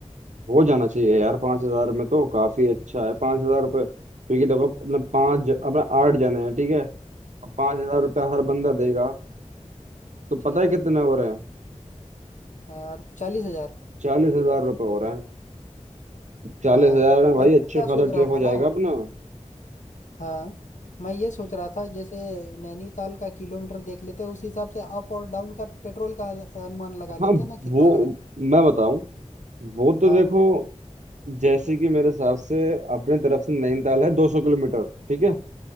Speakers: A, on the right (about 70°); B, on the left (about 75°).
A: हो जाना चाहिए यार पाँच हजार में तो काफी अच्छा है पाँच हजार रुपये क्योंकि देखो अपने पाँच ज-
B: हाँ,
A: अपने आठ जने हैं ठीक है अब पाँच हजार रुपया हर बंदा देगा तो पता
B: ठीक
A: है कितने
B: है
A: हो रहे हैं
B: और चालीस हजार
A: चालीस हजार रुपये हो रहे हैं चालीस
B: हाँ
A: हजार में भाई
B: और
A: अच्छे
B: मैं क्या
A: खासा
B: सोच रहा
A: ट्रिप हो
B: था
A: जाएगा
B: ना
A: अपना
B: हाँ मैं ये सोच रहा था जैसे नैनीताल का किलोमीटर देख लेते हैं उस हिसाब से अप और डाउन का पेट्रोल का अनुमान लगा लेते
A: हाँ
B: हैं ना कितना
A: वो
B: लगा
A: मैं बताऊं वो तो
B: हाँ
A: देखो जैसे कि मेरे हिसाब से अपने तरफ से नैनीताल है दो सौ किलोमीटर ठीक है